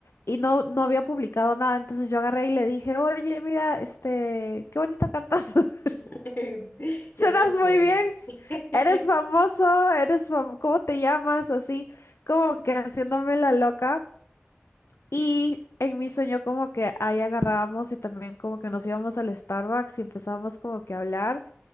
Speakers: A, on the left; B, on the left.
A: y no, no había publicado nada. Entonces yo agarré y le dije, oye, mira, este, qué bonito cantas. <laughs>
B: <laughs>
A: Suenas
B: Yo te descubrí.
A: muy bien,
B: <laughs>
A: eres famoso, eres fam- ¿cómo te llamas? Así, como que haciéndome la loca. Y en mi sueño como que ahí agarrábamos y también como que nos íbamos al Starbucks y empezábamos como que a hablar